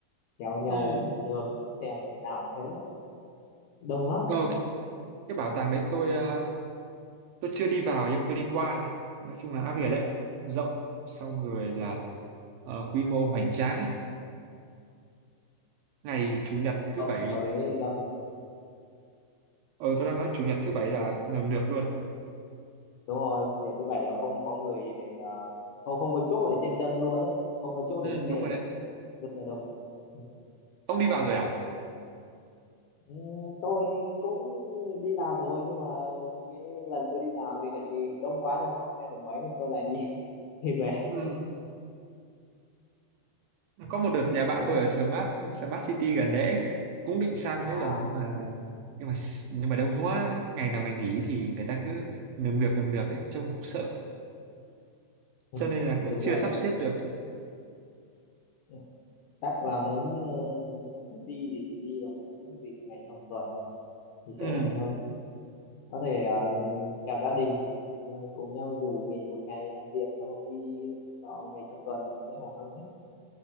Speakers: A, on the left (about 70°); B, on the right (about 75°).
A: kéo nhau
B: ừ.
A: nườm nượp để xem ngày nào cũng thế đông lắm
B: ờ, cái, cái bảo tàng đấy tôi ờ, tôi chưa đi vào nhưng mà tôi đi qua nói chung là ác liệt đấy rộng xong rồi là ờ, quy mô hoành tráng ấy ngày chủ nhật thứ
A: cộng
B: bảy
A: với đón
B: ờ tôi đang nói chủ nhật thứ bảy là nườm nượp luôn
A: đúng rồi nhà thứ bảy là không có người để ờ, không không có chỗ để trên chân luôn ấy không có chỗ
B: ừ
A: để xe
B: đúng rồi đấy
A: rất là đông Ừ.
B: ông đi vào rồi à
A: Ừ, tôi cũng đi vào rồi nhưng mà cái lần tôi đi vào thì lại đông quá nên không xem được mấy nên tôi lại đi <laughs> đi về
B: ừ có một đợt nhà bạn
A: đấy
B: tôi ở Smart Smart City gần đấy ấy. cũng định sang
A: à
B: mấy lần nhưng mà nhưng mà nhưng mà đông quá ngày nào mình nghỉ thì người ta cứ nườm nượp nườm nượp ấy trông cũng sợ cho
A: ừ,
B: nên là cũng
A: đúng
B: chưa
A: rồi
B: sắp
A: đấy
B: xếp được
A: Ừ, chắc là muốn ờ, đi thì phải đi vào mấy những dịp ngày trong tuần thì sẽ
B: ừ,
A: ổn hơn có thể ờ, cả gia đình ờ, cùng nhau rủ nghỉ một ngày làm việc xong rồi đi vào ngày trong tuần sẽ ổn hơn đấy